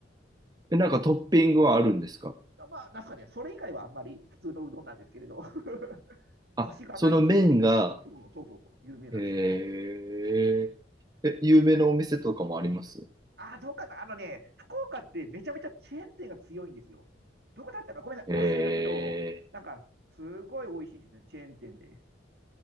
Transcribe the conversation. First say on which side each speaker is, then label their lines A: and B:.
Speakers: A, on the right; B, on the right.
A: なんかトッピングはあるんですか
B: まあ、なんすかね、それ以外はあんまり普通のうどんなんですけれど、<laughs>
A: あ、
B: コシがないっていうので有名。
A: その麺が、
B: うん、そうそうそう、有名なんですよ。
A: へえ、え、有名なお店とかもあります
B: ああ、どうかなあのね、福岡ってめちゃめちゃチェーン店が強いんですよ。どこだったかごめんなさい、
A: え
B: 忘れたけど、なんか、すごい美味しいんですね、チェーン店で。